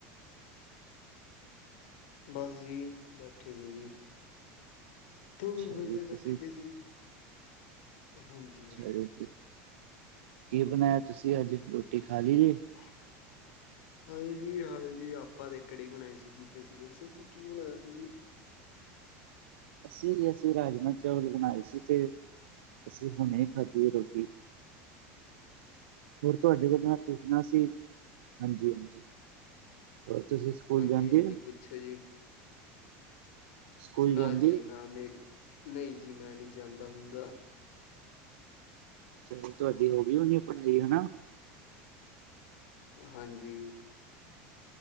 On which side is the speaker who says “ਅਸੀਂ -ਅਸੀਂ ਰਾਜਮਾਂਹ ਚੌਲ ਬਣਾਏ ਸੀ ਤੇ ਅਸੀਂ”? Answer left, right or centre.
Right